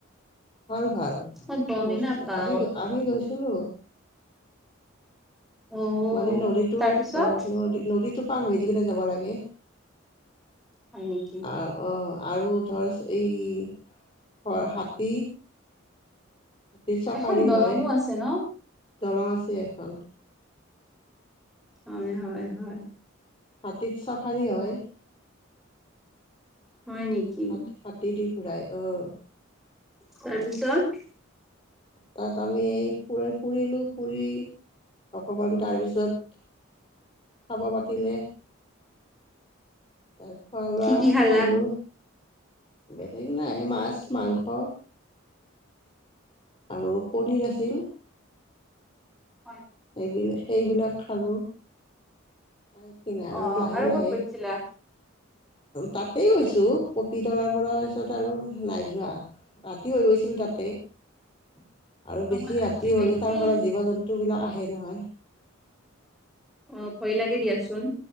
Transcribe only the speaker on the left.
ভাল ভাল
বস্তু
আমি আমি গৈছিলো।
মানে নলীটো
অ ন নদীটো। পাৰ হৈ যিকনে যাব লাগে
অহ অ। আৰু ধৰ এই ঘৰ হাতী। হাতীৰ চাফাৰী
হয়
দলং আছে এখন।
হাতীত চাফাৰী হয়।
হাত হাতী দি ঘূৰাই অহ।
তাত আমি ফুৰাই ফুৰিলো ফুৰি অকমান তাৰপিছত। খাব মাতিলে। খোৱা লোৱা
কৰিলোঁ। বেলেগ নাই মাছ মাংস। আৰু পনীৰ আছিল।
দিলে সেইবিলাক খালো। আহি কিনে
আৰু লাহে লাহে
তাতেই গৈছো। কপি তৰাৰ পৰা পিছত আৰু নাই যোৱা ৰাতি হৈ গৈছিল তাতে। <unintelligible> আৰু বেছি
ৰাতি
হলে
তাৰ পৰা জীৱ- জন্তু বিলাক আহে নহয়।